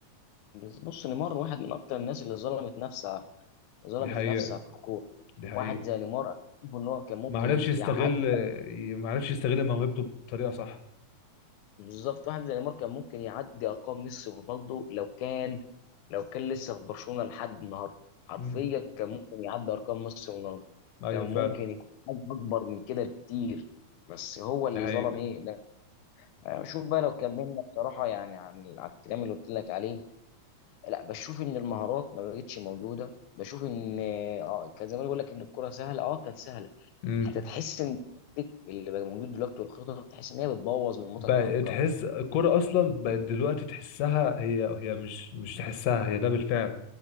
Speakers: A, on the left (about 85°); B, on the left (about 70°).
A: بس بص نيمار واحد من اكتر الناس اللي ظلمت نفسها ظلمت
B: دي حقيقة
A: نفسها في الكوره
B: دي حقيقة
A: واحد زي نيمار أنا شايف ان هو كان ممكن
B: ما عرفش يستغل
A: يعدي
B: ما عرفش يستغل موهبته بطريقة صح
A: بالظبط واحد زي نيمار كان ممكن يعدي ارقام ميسي ورونالدو لو كان لو كان لسه في برشلونه لحد النهارده حرفيا
B: امم.
A: كان ممكن يعدي ارقام ميسي ورونالدو
B: ايوه
A: كان
B: فعلا
A: ممكن يكون حاجه اكبر من كده بكتير بس هو اللي
B: دي حقيقة
A: ظلم ايه لا أنا بشوف بقى لو كملنا بصراحه يعني عن على الكلام اللي قلت لك عليه لا بشوف ان المهارات ما بقتش موجوده بشوف ان اه آه، كان زمان يقول لك ان الكره سهله اه كانت سهله
B: امم
A: انت تحس ان التكتيك اللي بقى موجود دلوقتي والخطط تحس ان هي بتبوظ من متعه
B: بقى
A: كره القدم
B: تحس الكرة اصلا بقت دلوقتي تحسها هي هي مش مش تحسها هي ده بالفعل